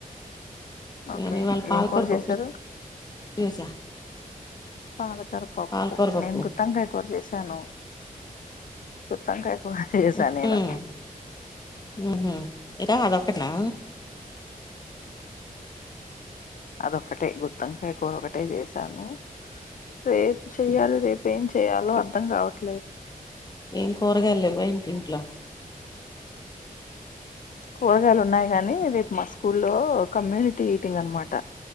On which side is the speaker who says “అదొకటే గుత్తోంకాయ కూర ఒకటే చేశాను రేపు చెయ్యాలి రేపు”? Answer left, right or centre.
Left